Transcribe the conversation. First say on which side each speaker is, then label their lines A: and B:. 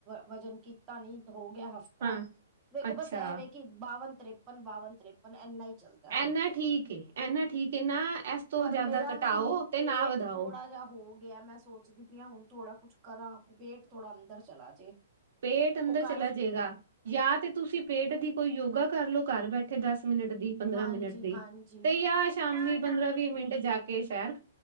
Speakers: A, on the right; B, on the right.
A: ਵਜ਼ਨ ਕੀਤਾ ਨੀ ਹੋ ਗਿਆ ਹਫ ਤਾ
B: ਹਾਂ
A: ਵੇਖੋ
B: ਅੱਛਾ
A: ਬਸ ਇਹ ਵੇ ਕਿ ਬਾਵਨ-ਤ੍ਰੇਪਨ, ਬਾਵਨ-ਤ੍ਰੇਪਨ ਇੰਨਾ ਹੀ ਚੱਲਦਾ। ਹੁਣ
B: ਇਨਾ
A: ਤੇ।
B: ਠੀਕ ਏ ਇਨਾ ਠੀਕ ਏ ਨਾ ਇਸ ਤੋਂ
A: ਪਰ
B: ਜ਼ਿਆਦਾ
A: ਮੇਰਾ
B: ਘਟਾਓ
A: ਨਾ ਹੁਣ
B: ਤੇ
A: ਪੇਟ
B: ਨਾ ਵਧਾਓ
A: ਥੋੜਾ ਜਿਹਾ ਹੋ ਗਿਆ ਮੈਂ ਸੋਚਦੀ ਪਈ ਆ ਹੁਣ ਥੋੜਾ ਕੁਛ ਕਰਾਂ ਕਿ ਪੇਟ ਥੋੜਾ ਅੰਦਰ ਚਲਾ ਜੇ।
B: ਪੇਟ ਅੰਦਰ
A: ਉਹ ਕਰ
B: ਚਲਾ ਜਾਏਗਾ। ਯਾ ਤੇ ਤੁਸੀਂ ਪੇਟ ਦੀ ਕੋਈ ਯੋਗਾ ਕੱਰਲੋ ਘੱਰ ਬੈਠੇ ਦੱਸ ਮਿੰਟ ਦੀ। ਪੰਦਰਾ
A: ਹਾਂਜੀ
B: ਮਿੰਟ ਦੀ,
A: ਹਾਂਜੀ
B: ਤੇ ਯਾ ਸ਼ਾਮੀ
A: ਕਿਆ
B: ਪੰਦਰਾ-ਵੀਹ ਮਿੰਟ ਜਾ ਕੇ ਸ਼ੈਰ